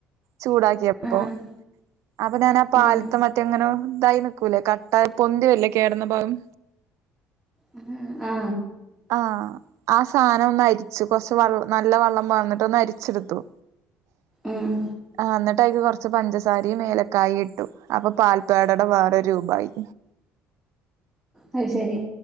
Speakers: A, on the right (about 70°); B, in the centre.
A: ചൂടാക്കേപ്പോ
B: ആഹ്
A: അപ്പൊ ഞാനാ പാല്ത്തെ
B: ഉം
A: മറ്റേങ്ങനെ ഇതായി നിക്കൂലേ കട്ട പൊന്തി വരൂലേ, കേടന്ന പാല്
B: ഉ ആ
A: ആ ആ സാനം ഒന്ന് അരിച്ചു കൊറച്ച് വ നല്ല വെള്ളം പാർന്നിട്ട് ഒന്ന് അരിച്ചെടുത്തു
B: ഉം
A: ആ ന്ന്ട്ടയ്ക്ക് കൊറച്ച് ച് പഞ്ചസാരിയും ഏലക്കായിട്ടു അപ്പൊ പാൽപ്പേടടെ വേറെരു രൂപായി
B: അത് ശരി